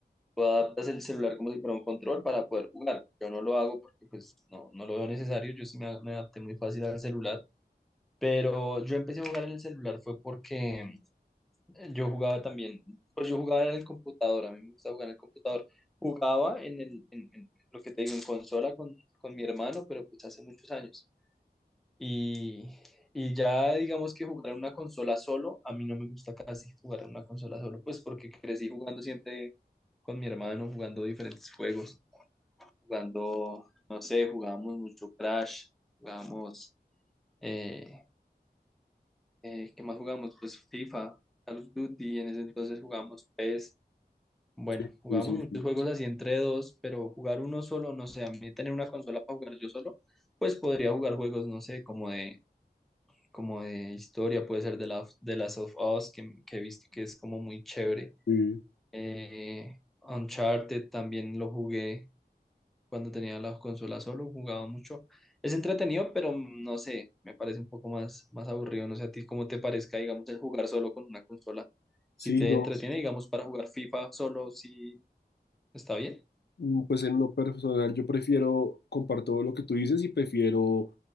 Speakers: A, in the centre; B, on the left (about 85°).
A: tú adaptas el celular como si fuera un control para poder jugar. Yo no lo hago porque pues no, no lo veo necesario. Yo sí me, me adapté muy fácil al celular. Pero yo empecé a jugar en el celular fue porque Yo jugaba también, pues yo jugaba en el computador, a mí me gusta jugar en el computador. Jugaba en el, en, en lo que te digo, en consola con, con mi hermano, pero pues hace muchos años. Y, y ya digamos que jugar en una consola solo, a mí no me gusta casi jugar en una consola solo, pues porque crecí jugando siempre con mi hermano, jugando diferentes juegos, jugando, no sé, jugábamos mucho Crash, jugábamos, eh, eh, ¿qué más jugábamos? Pues FIFA, Call of Duty, en ese entonces jugábamos PES. Bueno,
B: Sí,
A: jugábamos
B: sí, sí.
A: muchos
B: Sí,
A: juegos así entre dos, pero jugar uno solo, no sé, a mí tener una consola para jugar yo solo, pues podría jugar juegos, no sé, como de, como de historia, puede ser de la, de Last of Us, que, que he visto que es como muy chévere.
B: Sí,
A: Eh, Uncharted también lo jugué cuando tenía la consola solo, jugaba mucho. Es entretenido, pero no sé, me parece un poco más, más aburrido, no sé a ti cómo te parezca, digamos, el jugar solo con una consola.
B: Sí,
A: Si te
B: no,
A: entretiene, digamos, para jugar FIFA solo, si está bien.
B: mm, pues en lo personal yo prefiero, comparto lo que tú dices y prefiero